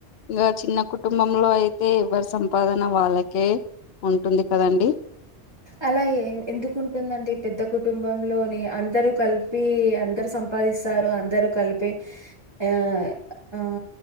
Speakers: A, on the left; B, on the right.
A: ఇంకా చిన్న కుటుంబంలో అయితే ఎవరి సంపాదన వాళ్ళకే ఉంటుంది కదండి
B: అలా ఎందుకుంటుందండి పెద్ద కుటుంబంలోని అందరు కలిపి అందరు సంపాదిస్త రు అందరు కలిపి ఆ ఆ